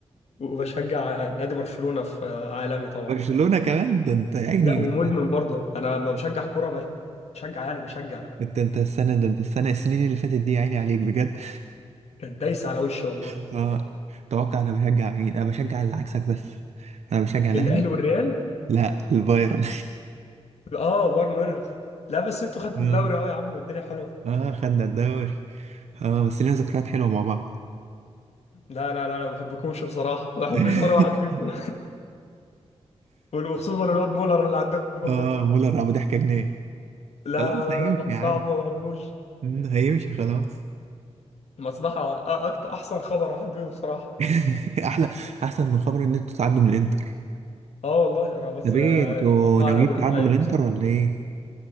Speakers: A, on the left (about 75°); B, on the right (about 85°).
A: وبشجع نادي برشلونه في عالمي طبعا
B: برشلونه كمان ده انت يا عيني
A: لا ومدمن برضه انا لما بشجع كوره بشجع يعني بشجع
B: انت انت السنه ده انت السنه السنين اللي فاتت دي يا عيني عليك بجد
A: كانت دايسه على وشي والله
B: <laughs> اه توقع انا بشجع مين انا بشجع اللي عكسك بس انا بشجع الاهلي
A: الاهلي والريال
B: لا البايرن
A: اه بايرن ميونخ لا بس انتوا خدتوا
B: <laughs> اه
A: الدوري اهو يا عم والدنيا حلوه
B: اه خدنا الدوري اه بس لنا ذكريات حلوه مع بعض
A: لا لا لا انا ما بحبكمش بصراحه ما بحبش
B: <laughs>
A: ولا واحد فيكم <laughs> وخصوصا الواد مولر اللي عندكم
B: اه
A: ده
B: مولر ابو ضحكه جنيه
A: لا
B: خلاص
A: لا لا
B: هيمشي
A: لا ده صعب
B: يا عم
A: ما بحبوش
B: مم، هيمشي خلاص
A: مصلحة أ- أكتر أحسن خبر أحبه بصراحة
B: <laughs> احلى احسن من خبر ان انتوا تعدوا من الانتر
A: أه والله أنا بس
B: ده بيه
A: آه،
B: انتوا
A: إن شاء الله
B: ناويين
A: أنا متفائل
B: تعدوا من الانتر
A: بصراحة
B: ولا ايه